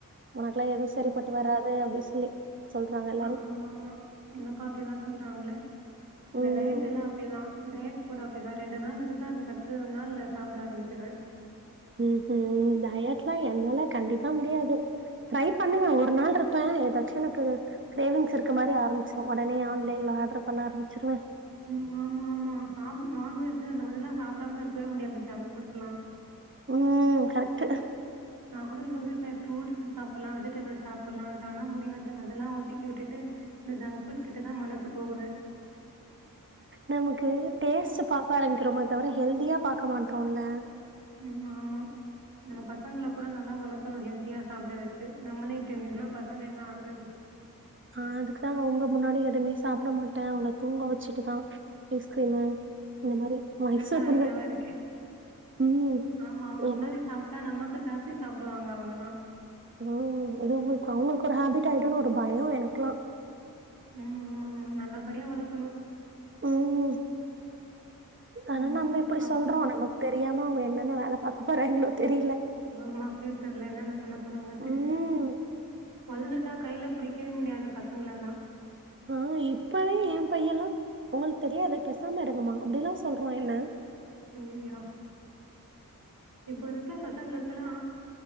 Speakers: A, on the right (about 35°); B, on the right (about 75°).
A: உனக்குல்லா எதுவு சரிப்பட்டு
B: ம்.
A: வராது அப்டின்னு சொல்லி சொல்றாங்க எல்லாரு
B: ஆமா ஆமா எனக்கு அப்டிதா சொல்றாங்ளே இந்த
A: ம்
B: டயட் எல்லா அப்டிதா டயட் கூட அப்டிதா ரெண்டு நாள் இருப்பே அதுக்கு அடுத்தநாள் சாப்ட ஆரம்பிச்சிருவே
A: ம் ம் டயட்ல்லா என்னால கண்டிப்பா முடியாது ட்ரை பண்ணுவ ஒரு நாள்ருப்பே ஏதாச்சு எனக்கு க்ரேவிங்ஸ் இருக்க மாரி ஆரம்பிச்சுரு ஒடனே ஆன் லைன்ல ஆடர் பண்ண ஆரம்மிச்சிருவே
B: ம் ஆமா ஆமா நான்வெஜ் அந்த மாதிரிலா சாப்டாம இருக்கவே முடியாது ஜங்க் ஃபுட்ஸ்ல்லா
A: ம் கரெக்ட்டு
B: நான் கூட யோசிப்பே ஃப்ரூட்ஸ் சாப்புட்லா வெஜிடேபிள்ஸ் சாப்புட்லான்ட்டு ஆனா முடியாது அதெல்லா ஒதுக்கி விட்டுட்டு இந்த ஜங்க்ஃபுட் கிட்டதா மனசு போகுது
A: நமக்கு டேஸ்ட் பாக்க ஆரம்பிக்கிறோமோ தவிர ஹெல்தியா பாக்க மாட்ரோல
B: ம் ஆமா நம்ம பசங்கள கூட நல்லா வளக்கணு ஹெல்தியா சாப்ட வெச்சு நம்மளே இப்டி இர்தனா பசங்க என்ன ஆகறது
A: ஆ அதுக்குதா அவுங்க முன்னாடி எதுமே சாப்ட மாட்ட அவன தூங்க வெச்சுட்டுதா ஐஸ்கிரீமு இந்த மாரி
B: இது
A: வாங்கி
B: நல்ல
A: சாப்பிடுவே
B: ஐடியாவா இருக்கு
A: ம்
B: ஆமா அவங்க
A: ஏன்னா
B: முன்னாடி சாப் டா நமக்கு ஜாஸ்தி சாப்டுவாங்க அவுங்கலா
A: ம் இது உங்களுக் அவுங்களுக்கு ஒரு ஹேபிட் ஆயிடுனு ஒரு பயோ எனக்கிலா
B: ம் ம் ம் நல்லபடியா வளக்கணு
A: ம் ஆனா
B: ம்
A: நம்ப இப்டி
B: அப்றோ
A: சொல்றோ நமக் தெரியாம அவுங்க என்னென்ன வேல பாக்க போறாய்ங்களோ தெரியில
B: ஆமா ஃபியூச்சர்ல என்னன்ன பண்ண போறாங்கன்
A: ம்
B: தெரியல வளந்துட்டா கைல புடிக்கவே முடியாது பசங்களலா
A: ஆ இப்பவே எ பையலா உங்களுக்கு தெரியாது பெசாம இருங்கம்மா அப்டிலா சொல்றா என்ன
B: அய்யய்யோ இப்ப இருக்க பசங்களுக்கெலா